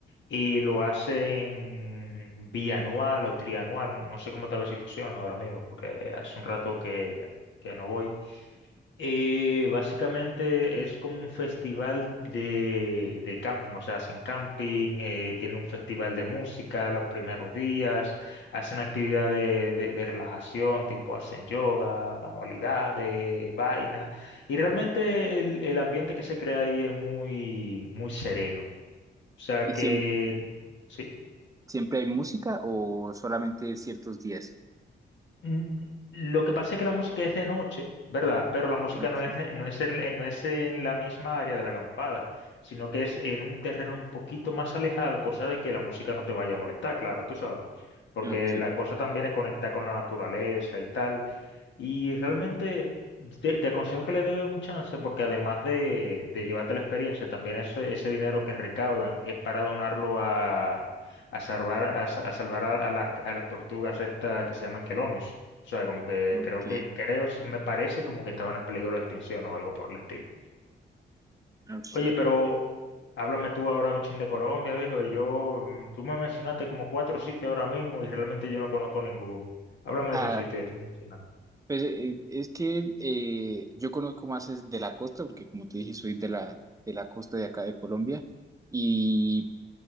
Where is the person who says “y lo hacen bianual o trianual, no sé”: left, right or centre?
Left